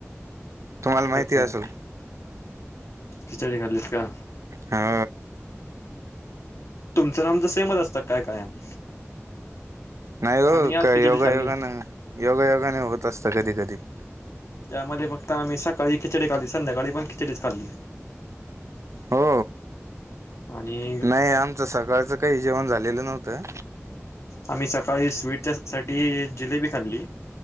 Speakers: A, on the right; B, on the left.
A: तुम्हाला माहिती
B: अच्छा
A: असेल
B: खिचडी खाल्लीत का
A: हो
B: तुमचं नाम तर सेमच असतं काय कायम
A: नाही ग
B: आम्ही आज
A: का
B: खिचडी
A: योगायोगाने
B: खाल्ली
A: योगायोगाने होत असत कधी कधी
B: त्यामध्ये फक्त आम्ही सकाळी खिचडी खाल्ली संध्याकाळी पण खिचडीत खाल्ली
A: हो
B: आणि
A: नाही आमचं सकाळचं काही जेवण झालेलं नव्हतं
B: आम्ही सकाळी स्वीटच्या साठी जिलेबी खाल्ली